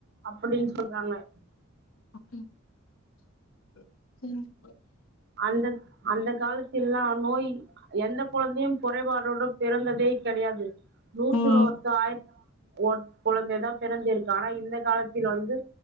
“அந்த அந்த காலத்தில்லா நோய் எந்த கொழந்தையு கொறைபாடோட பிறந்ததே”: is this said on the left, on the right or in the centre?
Right